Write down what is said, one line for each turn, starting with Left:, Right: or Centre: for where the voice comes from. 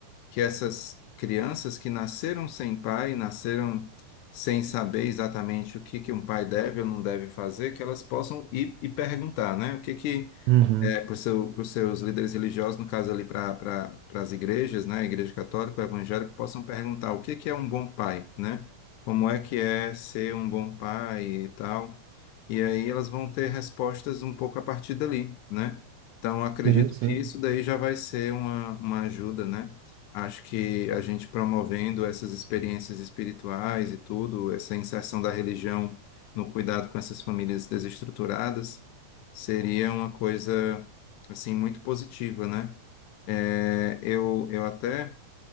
Left: que essas crianças que nasceram sem pai, nasceram sem saber exatamente o que que um pai deve ou não deve fazer, que elas possam ir e perguntar, né? O que que
Right: Uhum.
Left: é, para os seu, para os seus líderes religiosos, no caso ali para pra, pra- as igrejas, né, a igreja católica, evangélica, possam perguntar o que que é um bom pai, né? Como é que é ser um bom pai e tal. E aí elas vão ter respostas um pouco a partir dali, né? Então, acredito
Right: Sim, sim.
Left: que isso daí já vai ser uma, uma ajuda, né? Acho que a gente promovendo essas experiências espirituais e tudo, essa inserção da religião no cuidado com essas famílias desestruturadas, seria uma coisa assim muito positiva, né? É, eu, eu até